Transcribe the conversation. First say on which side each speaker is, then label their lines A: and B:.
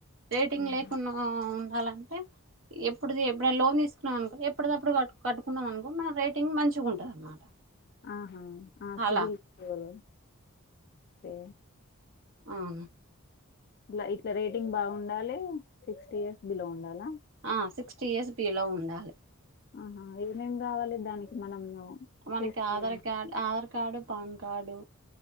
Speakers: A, on the right; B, on the left.
A: రేటింగ్
B: ఆహా
A: లేకున్నా. కాలాంటే ఎప్పుడుది ఎప్పుడైనా లోన్ తీసుకున్నవనుకో ఎప్పుటిదప్పుడు కట్ కట్టుకున్నవ్ అనుకో మన రేటింగ్ మంచి గుంటది అనమాట,
B: ఆ అ ఆ సివిల్
A: అలా
B: స్కోరు తే
A: అవును
B: ఇట్ల ఇట్లా రేటింగ్ బాగుండాలి సిక్స్టీ ఇయర్స్ బిలో ఉండాలా
A: ఆ సిక్స్టీ ఇయర్స్ బిలో ఉండాలి
B: ఆహా ఏమేం కావాలి దానికి మనం
A: మనకి
B: చేసుకోవాలి
A: ఆధార్ card Aadhaar card PAN card